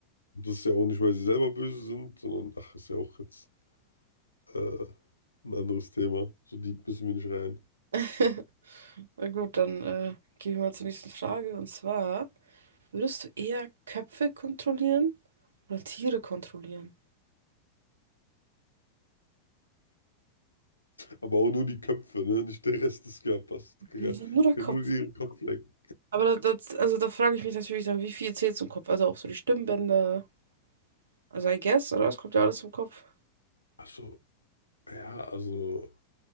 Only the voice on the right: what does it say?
<laughs> Na gut, dann äh, gehen wir mal zur nächsten Frage. Und zwar, würdest du eher Köpfe kontrollieren oder Tiere kontrollieren?
<laughs>
Nur der
Kopf.
Aber da- das, also da frage ich mich natürlich dann, wie viel zählt zum Kopf? Also auch so die Stimmbänder. Also I guess, oder? Es kommt ja alles zum Kopf.